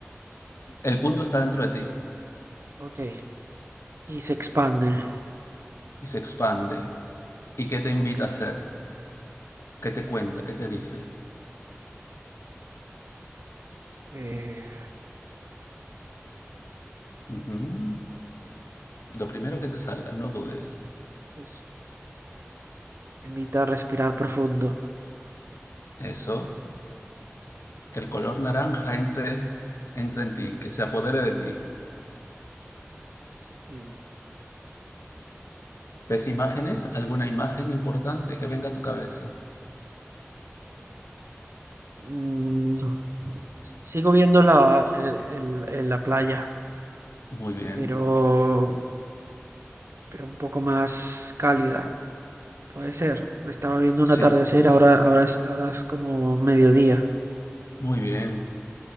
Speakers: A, on the left; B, on the right.
A: El punto está dentro de ti
B: ok, y se expande.
A: y se expande. ¿Y qué te invita
B: Ok,
A: a hacer? ¿Qué te cuenta? ¿Qué te dice?
B: eh,
A: Ujú. Lo primero que te salga, no dudes.
B: es- me invita a respirar profundo.
A: Eso, que el color naranja entre, entre en ti, que se apodere de ti.
B: Sí.
A: ¿Ves
B: eh,
A: imágenes? ¿Alguna imagen importante que venga a tu cabeza?
B: mm, sigo viendo la, el- el- el- la playa,
A: Muy bien.
B: pero, pero un poco más cálida. Puede ser. Estaba viendo
A: Sí,
B: un atardecer, ahora, ahora es, ahora es como mediodía
A: muy bien,